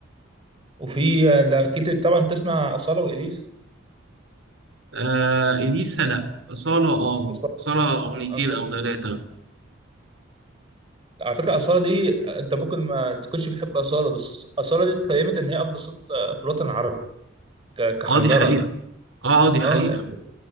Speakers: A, on the right; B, on the right.
A: وفي لا، اكيد طبعا تسمع اصاله واليسا
B: آه اليسا لا صاله اه
A: أصالة-
B: صاله اغنيتين
A: أصالة.
B: او ثلاثه
A: على فكره اصاله دي انت ممكن ما تكونش بتحب اصاله بس اصاله دي اتقيمت ان هي افضل صوت آه، في الوطن العربي ك- كحنجره
B: اه دي حقيقه اه آه، دي
A: نو
B: حقيقه
A: يعني